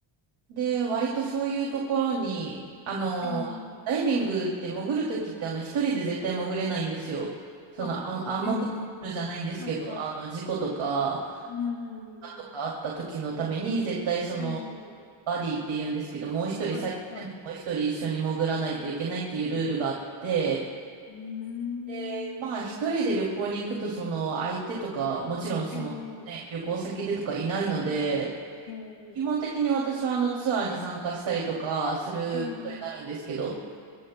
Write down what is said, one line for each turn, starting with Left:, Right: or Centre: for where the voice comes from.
Right: で、割とそういうところに、あの、
Left: えー、えー、
Right: ダイビングって潜るときってあの一人で絶対潜れないんですよ。その暗暗黙のルールじゃないんですけど、
Left: あ、えー、はいはい。
Right: あの事故とか、
Left: うん。
Right: 怪我とかあった時のために絶対その
Left: ええ
Right: バディって言うんですけど、もう一人、
Left: はい、
Right: 最低でももう一人一緒に潜らないといけないっていうルールがあって、
Left: はい。うーん。
Right: で、まあ一人で旅行に行くとその相手とか、もちろんそのね、
Left: ええ
Right: 旅行先でとかいないので、
Left: ええ
Right: 基本的に私はあのツアーに参加したりとかすることになるんですけど、
Left: ええ